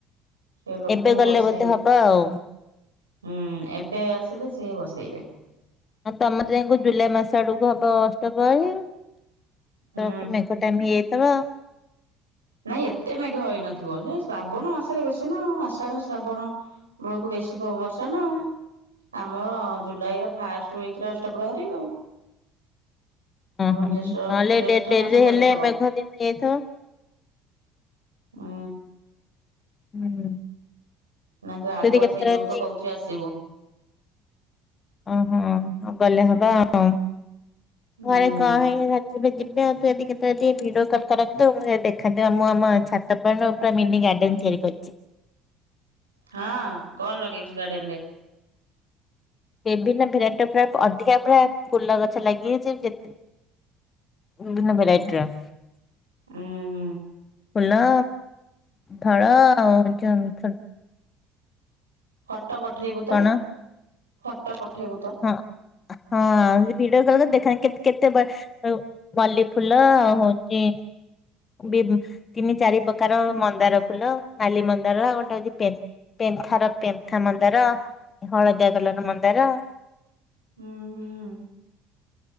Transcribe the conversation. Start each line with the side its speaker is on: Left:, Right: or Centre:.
Right: ସେ ଲୋକଙ୍କୁ
Left: ଏବେ ଗଲେ
Right: ବସେଇବେ
Left: ବୋଧେ ହବ ଆଉ।
Right: ହୁଁ ଏବେ ଆସିଲେ ସିଏ ବସେଇବେ।
Left: ଆଉ ତମର ଯାଇଁକି କୋଉ ଜୁଲାଇ ମାସ ଆଡକୁ ହବ ଅଷ୍ଟପ୍ରହରୀ।
Right: ହୁଁ
Left: ତ ମେଘ ଟାଇମ୍ ହେଇଯାଇଥବ।
Right: ନାଇଁ ଏତେ ମେଘ ହେଇନଥିବ ସେ ଶ୍ରାବଣ ମାସରେ ବେଶୀ ନା ଆଷାଢ ଶ୍ରାବଣ। ବେଳକୁ ବେଶୀ ବର୍ଷା ପ ନା ଆଉ। ଆମର ଜୁଲାଇ ର ଫାଷ୍ଟ ଉଇକ୍ ରେ ଅଷ୍ଟ ପ୍ରହରୀ ଆଉ।
Left: ହୁଁ
Right: ହଁ
Left: ହୁଁ ହୁଁ
Right: ଜ୍ୟେଷ୍ଠ
Left: ନହେଲେ
Right: ଜ୍ୟେଷ୍ଠ
Left: ଡେ ଡେରିରେ
Right: ମାସ ଚାଲିଥିବ
Left: ହେଲେ ମେଘ ଦିନ ହେଇଯାଇଥବ।
Right: ଉଁ
Left: ହୁଁ ହୁଁ।
Right: ନାଇଁ ତୁ ଆଗୁଆ
Left: ସେଠି କେତେଟା
Right: ସେଇ ଯୋଗୁ
Left: ରାତି
Right: ତ କହୁଛି ଆସିବୁ।
Left: ଓହୋ ଗଲେ ହବ ଆଉ
Right: ହୁଁ
Left: ଘରେ କଣ ହେଇିବ ଯିବି <unintelligible> ଆଉ ତୁ ଯଦି କେତେବେଳେ ଟିକେ ଭିଡିଓ କଲ୍ କରନ୍ତୁ ମୁଁ ଯାଇ ଦେଖନ୍ତି ଆମ ଛା ଛାତ ଉପରେ ନୁହୁଁ ମିିନି ଗାର୍ଡେନ୍ ତିଆରି କରିଛି।
Right: ହଁ କଣ ଲଗେଇଛୁ ଗାର୍ଡେନ୍ ରେ?
Left: ବିଭିନ୍ନ ଭେରାଇଟି ପୁରା ଅଧିକା ପୁରା ଫୁଲ ଗଛ ଲାଗିଯାଇଛି ଯେ ବିଭିନ୍ନ ଭେରାଇଟି ର।
Right: ଉଁ।
Left: ଫୁଲ ଫଳ ଆଉ ଯୋ ଛୋ
Right: ଫଟ ପଠେଇବୁ ତ
Left: କଣ
Right: ଫଟ ପଠେଇବୁ ତ?
Left: ହଁ। ହଁ ଭିଡିଓ କଲ୍ ରେ ଦେଖାନ୍ତି କେତ୍ କେତେ ଵା ମଲ୍ଲି ଫୁଲ ହୋଉଚି ବି ତିନି ଚାରି ପକାର ମନ୍ଦାର ଫୁଲ, ନାଲି ମନ୍ଦାର, ଆଉ ଗୋଟେ ହୋଉଛି ପେନ୍ ପେନ୍ଥା ର ପେନ୍ଥା ମନ୍ଦାର ହଳଦିଆ କଲର୍ ର ମନ୍ଦାର।
Right: ହୁଁ ହୁଁଁ।